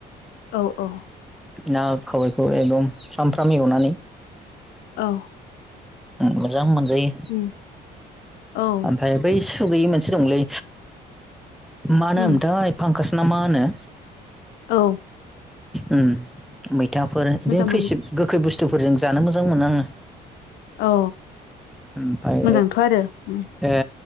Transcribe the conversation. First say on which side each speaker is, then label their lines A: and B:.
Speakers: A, on the left; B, in the centre.
A: औ औ
B: ना खावैखौ एकदम फ्राम फ्राम एवनानै
A: औ
B: मोजां मोनजायो
A: उम औ
B: ओमफ्राय बै सुगैयै मोनसे दंलै मा नामथाय
A: उम
B: फांखास। नामा होनो
A: औ
B: उम मैथाफोर बिदिनो
A: मोजां
B: खैसिब
A: मोनो
B: गोखै बुस्थुफोरजों जानो मोजां मोनो आङो
A: औ
B: ओमफाय
A: मोजांथ' आरो उम
B: ए